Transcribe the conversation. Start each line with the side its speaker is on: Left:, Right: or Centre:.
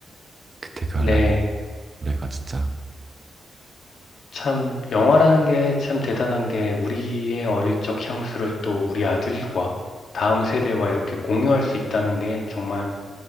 Right: 그때 그
Left: 네.
Right: 알라딘 노래가 진짜
Left: 참, 영화라는 게 참 대단한 게 우리의 어릴 적 향수를 또 우리 아들과 다음 세대와 이렇게 공유할 수 있다는 게 정말